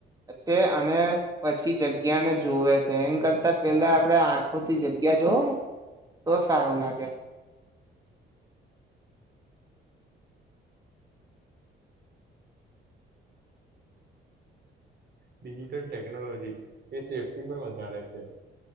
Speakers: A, on the right; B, on the right.
A: છે અને પછી જગ્યાને જુવે છે એમ કરતા પેલા આપણે આંખોથી જગ્યા જોવ તો સારું લાગે
B: ડિજિટલ ટેકનોલોજી એ સેફ્ટી પણ વધારે છે